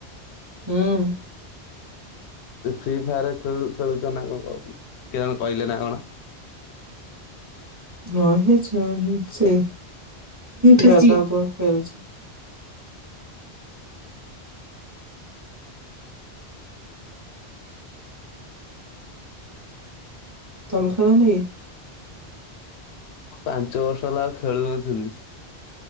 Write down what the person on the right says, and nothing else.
ହୁଁ।
ହଁ ସେଇ ଛୁଆ ଖେଳୁ ସେ ଦାଦା ପୁଅ ଖେଳୁଚି ତମେ ଖେଳନି କି?